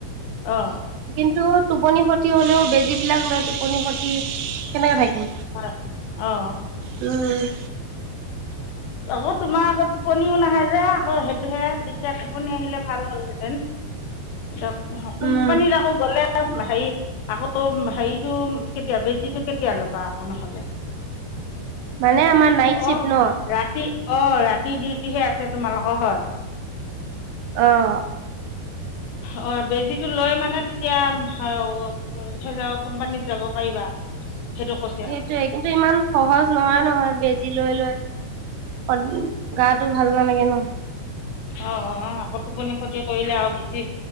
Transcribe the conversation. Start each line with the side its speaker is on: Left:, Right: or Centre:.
Left: অঁ!
Right: কিন্তু টোপনি খটি হলেওঁ বেজী বিলাক লৈ টোপনি খতি কেনেকে থাকিম।
Left: হয়, অ'।
Right: উম।
Left: আকৌ তোমাৰ আকৌ টোপনিও নাহে যে, আকৌ সেইটোহে দিগদাৰ টোপনি আহিলে ভাল হ'লহেঁতেন। এতিয়া সক, কোম্পানীত
Right: উম
Left: যাব গ'লে। আ হেৰি আকৌ হেৰিটো কেতিয়া, বেজিটো কেতিয়া ল'বা আকৌ নহ'লে?
Right: মানে আমাৰ নাইট
Left: অ
Right: শ্বিফট ন'।
Left: ৰাতি, অ' ৰাতি ডিউটিহে আছে তোমালোকৰ হয়।
Right: অহ'।
Left: হয়, বেজিটো লৈ মানে তেতিয়া <inaudible> হ'লেও কোম্পানীত যাব পাৰিবা, সেইটো কৈছে আৰু।
Right: সেইটোয়ে কিন্তু ইমান সহজ নহয় নহয়, বেজি লৈ লৈ। সদাই গাটো ভাল নালাগে ন।
Left: অ', অ', অ' আকৌ টোপনি ক্ষতি কৰিলে আৰু বেছি